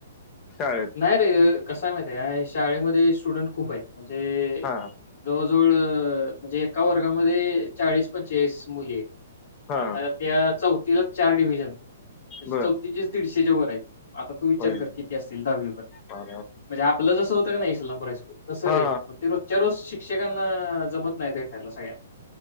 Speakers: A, on the left; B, on the left.
A: शाळेत
B: नाही रे, कसये माहिती काय? शाळेमध्ये स्टुडंट खूप आहेत. म्हणजे
A: हा
B: जवळजवळ म्हणजे एका वर्गामध्ये चाळीस पंचास मुली आहेत.
A: हा
B: आता त्या चौथ तीला चार डिव्हजन आहेत. म्हणजे
A: बर
B: चौथीचेच दीडशेच्या वर आहेत. आता तू विचार
A: होईल
B: कर किती असतील तील दहावीपर्यंत.
A: हा
B: म्हणजे आपलं जसं होतं की नाही इस्लामपूर हस्कूल, तसं
A: हा
B: रे मग ते रोजच्या रोज शिक क्षकांना जमत नाही भेटायला सगळ्यांना.